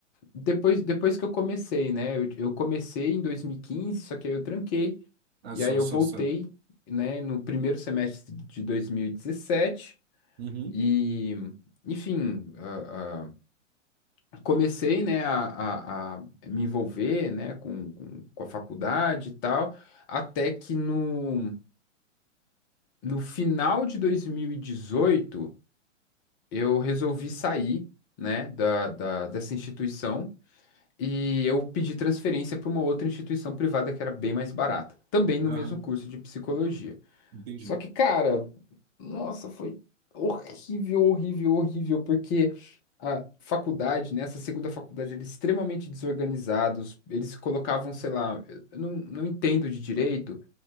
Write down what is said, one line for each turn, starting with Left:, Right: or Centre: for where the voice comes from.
Left: Depois, depois que eu comecei, né? Eu, eu comecei em 2015, só que aí eu tranquei.
Right: Ah,
Left: E
Right: só,
Left: aí eu
Right: só,
Left: voltei,
Right: só.
Left: né, no primeiro semestre de 2017.
Right: Uhum,
Left: E, dezessete. E, enfim, ah, ah, comecei, né, a, a- a me envolver, né, com, com, com a faculdade e tal. Até que no No final de 2018, eu resolvi sair, né, da, da- dessa instituição e eu pedi transferência para uma outra instituição privada que era bem mais barata, também no
Right: aham,
Left: mesmo curso de psicologia.
Right: entendi.
Left: Só que, cara, nossa, foi horrível, horrível, horrível, porque a faculdade, né, essa segunda faculdade, eles extremamente desorganizados, eles colocavam, sei lá, eu não, não entendo de direito